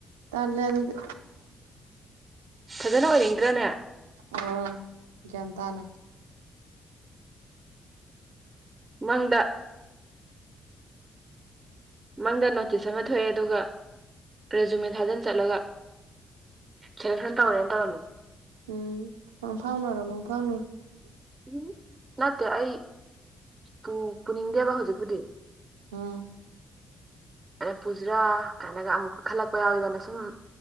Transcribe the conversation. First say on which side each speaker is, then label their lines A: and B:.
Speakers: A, on the right; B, on the right.
A: ꯇꯂꯦ ꯑꯗꯨꯗꯤ
B: ꯐꯖꯅ ꯑꯣꯏꯅꯤꯡꯗ꯭ꯔꯥꯅꯦ
A: ꯎꯝ ꯒꯌ꯭ꯥꯟ ꯇꯥꯅꯥ
B: ꯃꯪꯗ ꯃꯪꯗ ꯅꯣꯇꯤꯁ ꯑꯃ ꯊꯣꯛꯑꯦ ꯑꯗꯨꯒ ꯔꯦꯖꯨꯃꯦꯟ ꯊꯥꯗꯟ ꯆꯠꯂꯒ ꯁꯦꯂꯦꯛꯁꯟ ꯇꯧꯋꯦꯅꯥ ꯇꯧꯔꯝꯃꯦ
A: ꯎꯝ ꯃꯪꯐꯥꯎꯅꯔꯣ ꯃꯪꯐꯥꯎꯅꯔꯣ
B: ꯎꯝ ꯅꯠꯇꯦ ꯑꯩ ꯄꯨ ꯄꯨꯅꯤꯡꯗꯦꯕ ꯍꯧꯖꯤꯛꯄꯨꯗꯤ
A: ꯎꯝ
B: ꯑ ꯄꯨꯁꯤꯔꯥ ꯀꯥꯏꯅꯒ ꯑꯃꯨꯛꯀ ꯈꯜꯂꯛꯄ ꯌꯥꯎꯋꯤꯗꯅ ꯁꯨꯝ